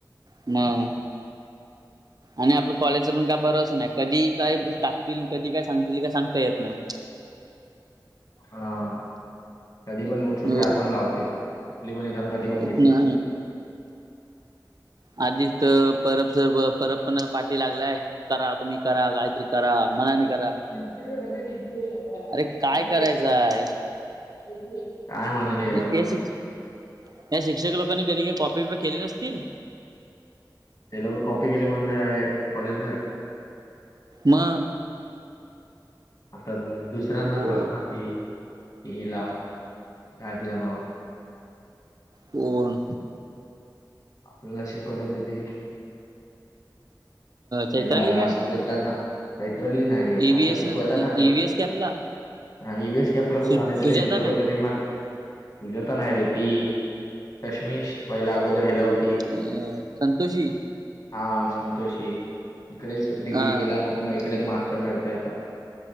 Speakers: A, on the right; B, on the left.
A: म.
B: <inaudible>
A: आणि आपलं कॉलेजचं पण काय बरचं नाही कधी काय टाकतील कधी काय सांगतील काय सांगता येत नाही.
B: हां कधी पण ओ छुटक्या
A: हो
B: पण लावते कुठली पण एकदम कधी पण
A: तेच
B: घेते.
A: ना आधीच तर परब सर परब पण पाठी लागलाय. करा तुम्ही करा काहीतरी करा मनाने करा.
B: <unintelligible> काय
A: अरे करायचंय
B: म्हणा नाही घरमा.
A: हे शिक या शिक्षक लोकांनी कधीही कॉपी प केले नसतील?
B: ते लोक कॉपी केले म्हणत कॉलेजला. <unintelligible>
A: मग
B: आता दुसऱ्यांना
A: हो
B: बघ ना की हिला काय तीच नाव.
A: कोण?
B: आपल्याला शिकवायला होती ति.
A: चैत्राली
B: हेला या
A: मॅम
B: सब्जेक्ट ला ना काहीत्रली नाही रे
A: ईव्हीएस
B: आता शिकवायला
A: ईव्हीएस
B: ना ते.
A: कॅपला
B: हा यु एस कॅपला
A: सु
B: झाले
A: सुजाता
B: येत ते लोक
A: मॅम
B: कधी मा. सुजाता नाही रे ती चष्मीश पहिला अगोदर ह्याला होति.
A: अ संतोषी.
B: हा संतोषी. इकडेच डिग्री
A: हा
B: केला आणि मग इकडेच मास्टर करते आता.